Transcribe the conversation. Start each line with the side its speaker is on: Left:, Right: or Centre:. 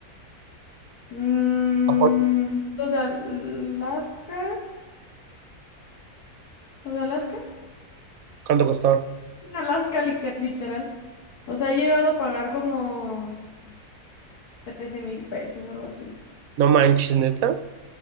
Left: Mm,
Right: Japón.
Left: los de Alaska, los de Alaska,
Right: ¿Cuánto costó?
Left: <laughs> Alaska li- literal. O sea, he llegado a pagar como trece mil pesos, algo así.
Right: No manches, neta.